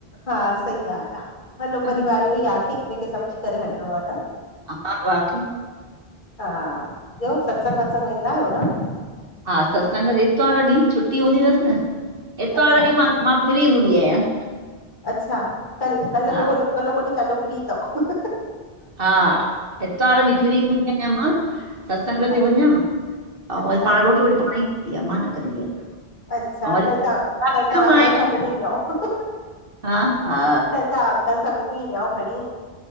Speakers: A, on the left; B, on the right.
A: हा सही ॻाल्हि आह, हलो
B: हा
A: परिवार
B: न
A: इहो ई आ आंटी, हिक-ॿिए खे सम्झी करे हलणो आह न।
B: हा बाक़ी <unintelligible>
A: हा ॿियो, सत्संग-वत्संग वेंदा आहियो न।
B: हा सत्संग त ईतवार ॾींहुं, छुटी हूंदी अथसि न, एतवार
A: अच्छा
B: ॾींहुं मां, मां फ्री हूंदी आहियां।
A: अच्छा, कल, कल्ह, कल्होको
B: हा
A: ॾींहुंँ तव्हांजो फ्री अथव
B: हा, एतवार ॾींहुं फ्री हूंदी आहियां मां, सत्संग
A: अच्छा
B: ते वञां। अऊं
A: अच्छा
B: वरी पाण रोटी- वोटी पाण ई कंदी आह मां न कंदी आहियां।
A: अच्छा
B: ऐं वरी
A: कल्ह तहां,
B: मुंहिंजा
A: कल्ह
B: बि
A: तहां
B: कम
A: अंकल
B: आहिनि
A: सां घुमी ईंदो। त
B: हा हा
A: अंकल सां घुमी ईदांअ खणी।